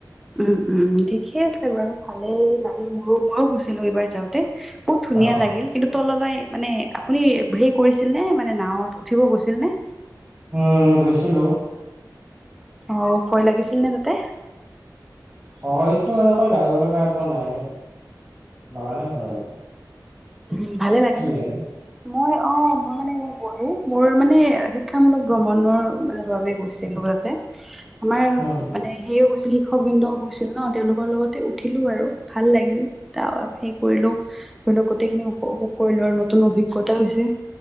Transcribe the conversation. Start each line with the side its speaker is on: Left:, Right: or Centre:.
Centre: উম, উম ঠিকেইে আছে বাৰু ভালেই লাগিল মোৰ‌ মইওঁ গৈছিলোঁ এইবাৰ যাওঁতে বহুত ধুনীয়া
Right: অ
Centre: লাগিল
Right: অ।
Centre: কিন্তু তললৈ মানে আপুনি হেৰি কৰিছিলনে মানে নাৱত উঠিব গৈছিলনে?
Right: উম গৈছিলোঁ।
Centre: অ', ভয় লাগিছিল নে তাতে
Right: ভয়তো এনেকৈ লাগিব লগা একো নাই লগা নাই ভ‌ই <unintelligible>
Centre: উম ভালে, লাগে ন
Right: নেকি?
Centre: মই অ', মই মানে গলোঁ মোৰ মানে শিক্ষামূলক ভ্ৰমণৰ মানে বাবে গৈছিলোঁ যাতে আমাৰ একো
Right: উম
Centre: মানে হেৰিও কৈছিল শিক্ষক বিন্দও গৈছিল ন তেওঁলোকৰ লগতে উঠিলোঁ আৰু ভাল লাগিল তাৰ হেৰি কৰিলোঁ। <unintelligible> গোটেইখিনি উপভোগ কৰিলোঁ আৰু নতুন অভিজ্ঞতা হৈছে